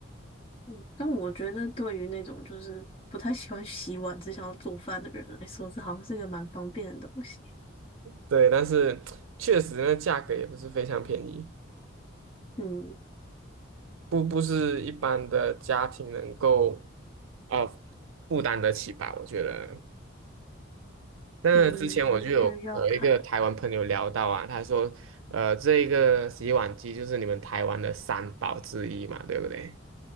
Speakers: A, on the left (about 30°); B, on the right (about 85°).
A: 嗯，但我觉得对于那种就是不太喜欢洗碗、只想要做饭的人来说，这好像是一个蛮方便的东西。
B: 对，但是确实那价格也不是非常便宜，
A: 嗯
B: 不不是一般的家庭能够啊、呃负担得起吧，我觉得。那之前我就有和一个台湾朋友聊到啊，
A: 嗯，我觉得要看。
B: 他说，呃，这个洗碗机就是你们台湾的三宝之一嘛，对不对？